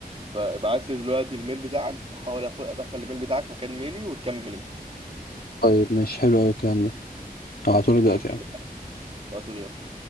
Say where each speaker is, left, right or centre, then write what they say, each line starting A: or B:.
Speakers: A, on the right; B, on the left.
A: فابعت لي دلوقتي الميل بتاعك هحاول أخ- ادخل الميل بتاعك مكان ميلي وتكمل انت
B: طيب ماشي حلو قوي الكلام ده هبعتهولك
A: زي
B: دلوقتي
A: الفل
B: أهو.
A: بقى ابعته لي يلا